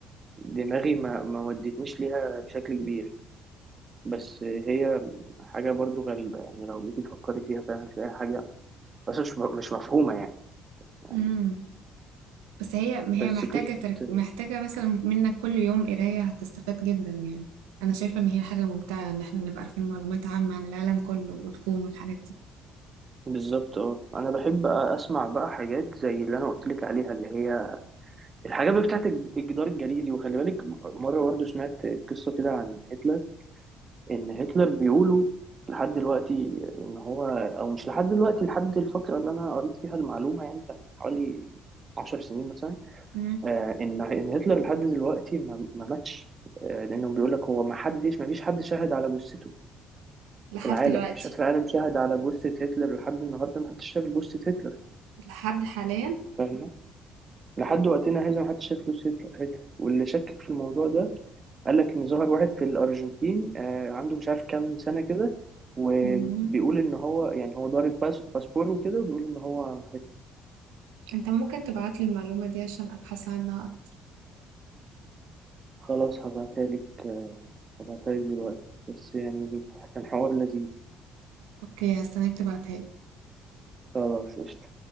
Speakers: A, on the right; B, on the right.
A: دماغي ما ما ودتنيش ليها بشكل كبير بس هي حاجة برضو غريبة يعني لو جيتي تفكري فيها فعلا هتلاقيها حاجة بس مش مش مفهومة يعني يعني
B: مم. بس هي ما
A: بس
B: هي محتاجة
A: قصة
B: ترك... محتاجة مثلا منك كل يوم قراية هتستفاد جدا يعني أنا شايفة إن هي حاجة ممتعة إن إحنا نبقى عارفين معلومات عامة عن العالم كله والكون والحاجات دي
A: بالظبط اه انا بحب اسمع بقى حاجات زي اللي انا قلت لك عليها اللي هي الحاجات بقى بتاعت الج- الجدار الجليدي وخلي بالك مره برضه سمعت قصه كده عن هتلر ان هتلر بيقولوا لحد دلوقتي ان هو او مش لحد دلوقتي لحد الفتره اللي انا قريت فيها المعلومه يعني كان من حوالي 10 سنين مثلا
B: مم.
A: آه ان ان هتلر لحد دلوقتي ما ما ماتش آه لانه بيقول لك هو ما حدش ما فيش حد شهد على جثته
B: لحد
A: في العالم
B: دلوقتي
A: مفيش حد في العالم شاهد على جثة هتلر لحد النهاردة محدش شاف جثة هتلر
B: لحد حاليا
A: فاهمة لحد وقتنا هذا محدش شاف جثة هتلر هتلر. واللي شكك في الموضوع ده قال لك إن ظهر واحد في الأرجنتين آه عنده مش عارف كام سنة كده وبيقول
B: مم.
A: إن هو يعني هو ضارب باس باسبور وكده وبيقول إن هو هتلر
B: انت ممكن تبعتلي المعلومة دي عشان ابحث عنها
A: خلاص هبعتها لك آه هبعتها لك دلوقتي بس يعني كان حوار لذيذ
B: أوكي هستناك تبعتها
A: خلاص قشطة